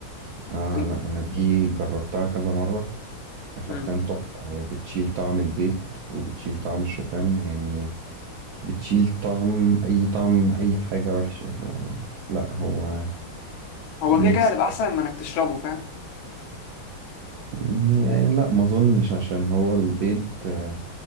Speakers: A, on the right (about 70°); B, on the left (about 80°).
A: آه
B: إن-
A: لا أنا دي جربتها كذا مرة هي حرفيا
B: مم.
A: تحفة هي بتشيل طعم البيض وبتشيل طعم الشوفان يعني بتشيل طعم أي طعم أي حاجة وحشة ف... لا هو
B: هو
A: ميكس
B: كده كده هتبقى احسن من انك تشربه فاهم
A: مم، يعني لا ما أظنش عشان هو البيض آه،